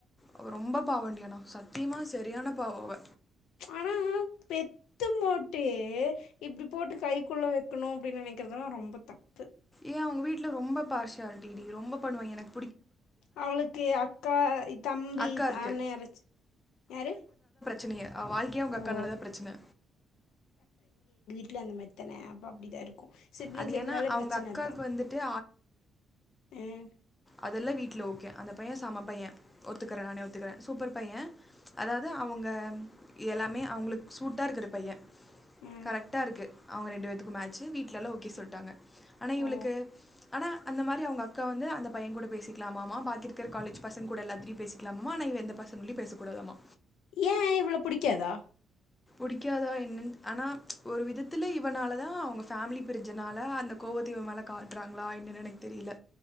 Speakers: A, on the left (about 15°); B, on the left (about 80°).
A: அவ ரொம்ப பாவண்டி ஆனா சத்தியமா சரியான பாவம் அவ
B: ஆனா பெத்து மொட் ட்டு இப்படி போட்டு கைக்குள்ள வெ இருக்கணு அப்படின்னு நினைக்கிறதுல்லா ரொம்ப தப்பு
A: ஏ அவங்க வீட்டுல ரொம்ப பார்சியாலிட்டி டி ரொம்ப பண்ணுவாங் எனக்
B: அவளுக்கு அக்கா தம்பி
A: அக்கா இருக்கு
B: அண்ண யாரச்சு யாரு
A: சுனிய அவ வாழ்க்கையே அவங்க அக்கானாலதா
B: ஓ
A: பிரச்சன
B: இல்ல அந்தமாரி இத்தனை அப்ப அப்படிதா இருக்கும் சிப்லிங்ஸ்
A: அது
B: இருந்தாலே
A: ஏன்னா அவங்க
B: பிரச்சனதா
A: அக்காவுக்கு வந்துட்டு
B: ஹம்
A: அதெல்லா வீட்டில ஓகே அந்த பைய செம பைய ஒத்துக்கற நானே ஒத்துக்கிற சூப்பர் பைய அதாவது அவங்க எல்லாமே அவங்களுக்கு சூட்டாக இருக்கிற பைய
B: ம்
A: கரெக்டா இருக்கு அவங்க ரெண்டு பேத்துக்கும் மேட்சு வீட்லாலா ஓகே சொல்ட்டாங்க ஆனா இவளுக்கு
B: ஓ
A: ஆனா அந்த மாரி அவங்க அக்கா வந்து அந்த பையன் கூட பேசிக்கலாமாமா பாக்கி இருக்கிற காலேஜ் பசங் கூட எல்லாத்டயும் பேசிக்கலாமாமா ஆனா இவ எந்த பசங்கள்டயு பேச கூடாதாமா
B: ஏன் இவ்வள புடிக்காதா
A: பிடிக்காதா என்னன் ஆனா ப்ச் ஒரு விதத்துல இவனால தான் அவங்க ஃபேமிலி பிரிஞ்சனால அந்த கோபத்த இவன் மேல காட்டுறாங்களா என்னன்னு எனக்கு தெரியில